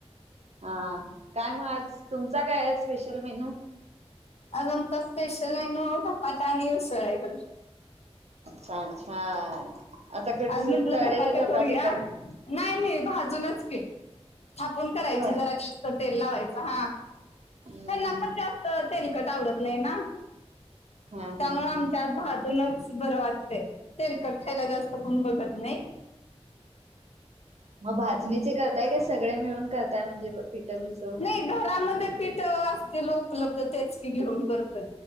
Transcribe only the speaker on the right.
हा काय म आज तुमचा काय हाय स्पेशल मेनू?
छान छान. आता कसे
तळलेले
कर
होय
हम्म
हा हा
हा
म भाजणीचे करताय का? सगळे मिळून करताय म्हणजे पिठ मिक्